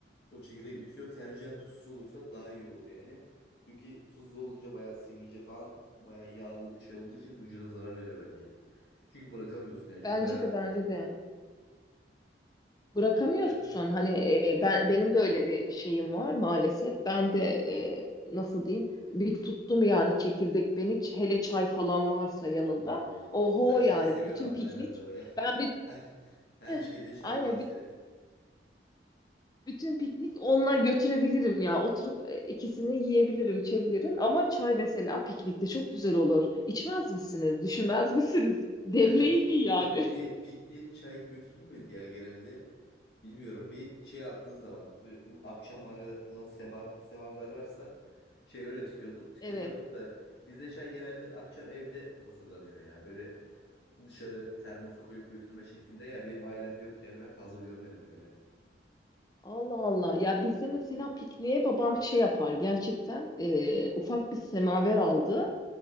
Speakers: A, on the left; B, on the left.
A: O çekirdek bitiyor. Tercihen tuzsuz olursa daha iyi olur yani. Çünkü tuzlu olunca bayağı sivilce falan bayağı yağlı şey olduğu için vücuda zarar veriyor bence. Çünkü bırakamıyorsun yani çok
B: Bence
A: bayağı
B: de bence de. Bırakamıyorsun.
A: yani
B: Hani e, ben benim de öyle bir şeyim var maalesef. Ben de e, nasıl diyeyim? Bir tuttum yani çekirdek beni. Ç- Hele çay falan varsa yanında.
A: Oo.
B: Oho
A: Sen çay
B: yani
A: seviyorsun
B: bütün
A: abla
B: piknik.
A: herhalde baya.
B: Ben
A: <laughs>
B: bir
A: Her, her
B: <laughs>
A: şeyde çay
B: aynen
A: var senin.
B: bir- bütün piknik onunla götürebilirim ya. Oturup e, ikisini yiyebilirim, içebilirim. Ama çay mesela piknikte çok güzel olur. İçmez misiniz? Düşünmez misiniz? Devleyin
A: Yani pik,
B: yani.
A: pikniğe, pikniğe çay götürülmedi ya genelde. Bilmiyorum bir şey yaptığın zaman bir- bu akşam mangal yaptığımız zaman sema, semaver varsa şey öyle tüketiyorduk, tüketiyorduk
B: <laughs> Evet.
A: da bizde çay genelde akşam evde hazırlanıyor ya. Böyle dışarı termosu koyup götürme şeklinde ya benim ailemde yok yani ben fazla görmedim öyle.
B: Allah Allah. Ya bizde mesela pikniğe babam şey yapar. Gerçekten e, ufak bir semaver aldı.